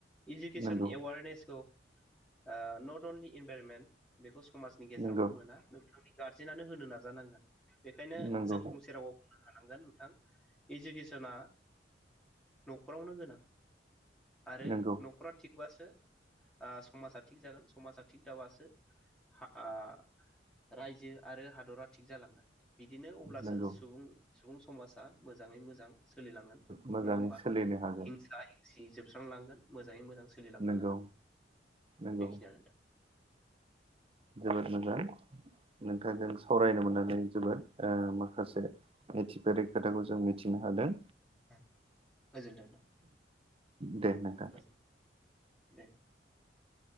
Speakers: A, in the centre; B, on the right.
A: इडुकेसन
B: नंगौ
A: एवारनेसखौ ओ नट अनलि इनभाइरमेन्ट बेखौ स माजनि गेजेरावल'
B: नंगौ
A: मोना नोंथांनि गारजेनानो होनो नाजानांगोन बेखायनो
B: नंगौ
A: जों फंसेे राव बुंनो हानांगोन थां इजुकेसना न'खरावनो गोनां आरो
B: नंगौ
A: न'खरा थिग थाबासो ओ समाजा थिग जागोन समाजा थिग थाबासो हा आ रायजो आरो हादरा थिग जालांगोन बिदिनो अब्लासो
B: नंगौ
A: सुबुं सुबुं समाजा मोजाङै मोजां सोलिलांगोन
B: मोजाङै
A: नङा होमबा
B: सोलिनो हागोन
A: हिंसा हिंसि जोब स्रांलांगोन मोजाङै मोजां सोलिलांनो
B: नंगौ
A: हागोन
B: नंगौ
A: बेखिनियानो
B: जोबोद मोजां नोंथांजों सावरायनो मोननानै जोबोद ओ माखासे मिथिफेरै खोथाखौ जों मिथिनो हादों
A: <unintelligible> गोजोन्थों थां <unintelligible>
B: दे नोंथां